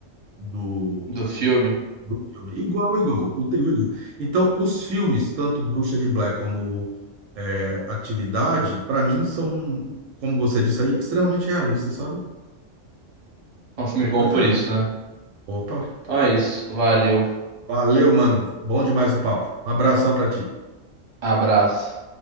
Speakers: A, on the right (about 85°); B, on the right (about 35°).
A: do,
B: do filme.
A: do filme. Igual, igual. O terror. Então, os filmes, tanto Bruxa de Blair como é, Atividade, pra mim são, como você disse aí, extremamente realistas, sabe?
B: São filmes bons
A: Mas
B: por
A: é
B: isso,
A: isso.
B: né?
A: Opa.
B: Então é isso. Valeu.
A: Valeu, mano. Bom demais o papo. Um abração pra ti.
B: Abraço.